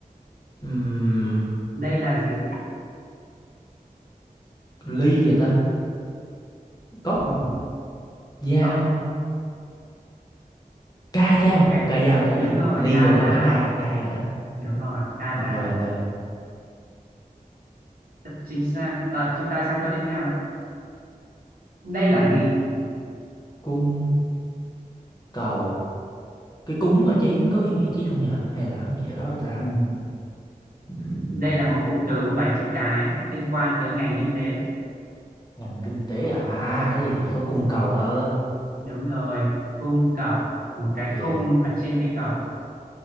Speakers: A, on the left; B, on the right.
A: Ừm,
B: đây là gì
A: ly gì vậy ta? Cốc
B: ừ.
A: Dao
B: Có
A: Ca dao
B: Cái,
A: Ca dao ca
B: đúng
A: dao
B: rồi,
A: Ly
B: ca
A: còn gọi
B: dao.
A: là ca ca nữa
B: Đúng rồi, ca
A: Ok
B: dao.
A: ok
B: Rất chính xác. Rồi, chúng ta sang câu tiếp theo ạ. Đây
A: Ừm,
B: là gì?
A: Cung cầu Cái cúng ở chén có ý nghĩa chi không nhỉ Hay là hắn chỉ đó là ta
B: Ừm,
A: ừm,
B: Đây là một cụm từ có 7 chữ cái liên quan tới ngành kinh tế.
A: Ngành kinh tế à À thế thì chỉ có cung cầu thôi
B: Đúng rồi, cung cầu. Một
A: Ok
B: cái cung ở trên cây cầu.